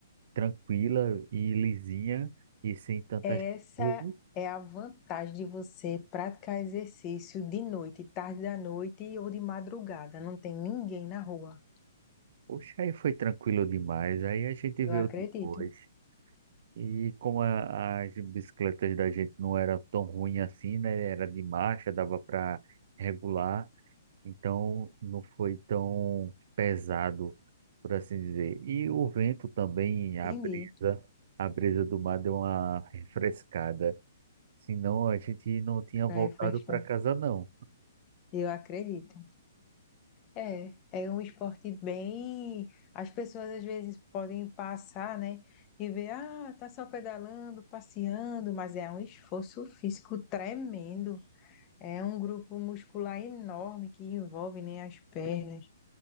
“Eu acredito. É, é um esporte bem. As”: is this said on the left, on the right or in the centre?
Left